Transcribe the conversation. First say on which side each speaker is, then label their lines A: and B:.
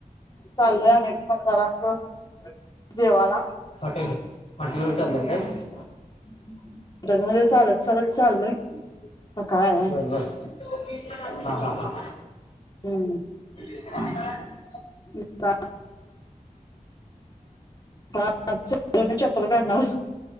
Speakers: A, on the left; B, on the left.
A: चाललंय आम्ही बाहेर असं जरास जेवाला.
B: हॉटेल हॉटेलवर चाललंय काय?
A: <unintelligible> चालत चालत चाललोय तर काय
B: बरं झालं. हा हां हां
A: हम्म
B: अं अं
A: <unintelligible> ह च म चप्पल करणार